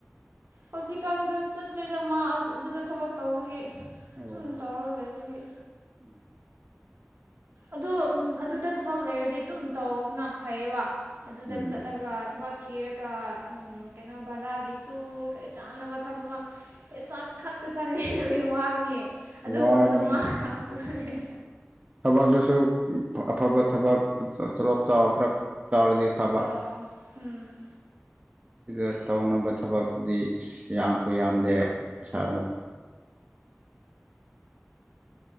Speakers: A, on the right; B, on the right.
A: ꯍꯧꯖꯤꯛꯀꯥꯟꯗ ꯆꯠꯇ꯭ꯔ‌ꯦꯗ ꯃꯥ ꯑꯗꯨꯗ ꯊꯕꯛ ꯇꯧꯕꯒꯤ ꯑꯗꯨꯝ
B: ꯑꯣ
A: ꯇꯧꯔꯒ ꯂꯩꯕꯒꯤ
B: <inaudible>
A: ꯑꯗꯨ ꯎꯝ ꯑꯗꯨꯗ ꯊꯕꯛ ꯂꯩꯔꯗꯤ ꯑꯗꯨꯨꯝ ꯇꯧꯅ ꯐꯩꯌꯦꯕ ꯑꯗꯨꯗ
B: ꯎꯝ
A: ꯆꯠꯂꯒ ꯊꯕꯛ ꯊꯤꯔꯒ ꯎꯝ ꯀꯩꯅꯣ ꯕꯔꯥꯒꯤꯁꯨ ꯆꯥꯅꯕ ꯊꯛꯅꯥꯕ ꯄꯩꯁꯥ ꯈꯛꯇ ꯆꯪꯅꯤ ꯑꯗꯨꯒꯤ ꯋꯥꯒꯅꯤ ꯑꯗꯨꯒꯨꯝꯕꯗꯣ
B: ꯋꯥꯒꯅꯤ
A: ꯃꯥ ꯈꯪꯇ ꯃꯥꯜꯂ‌ꯦ
B: ꯊꯕꯛꯇꯨꯁꯨ ꯑꯐꯕ ꯊꯕꯛ ꯇꯣꯂꯣꯞ ꯆꯥꯎꯕ ꯈꯔ ꯆꯥꯎꯔꯗꯤ ꯐꯕ
A: ꯑꯥꯥ ꯎꯝ
B: ꯁꯤꯗ ꯇꯧꯅꯕ ꯊꯕꯛꯇꯨꯗꯤ ꯑꯁ ꯌꯥꯝꯁꯨ ꯌꯥꯝꯗꯦ ꯄꯩꯁꯥ ꯑꯗꯣ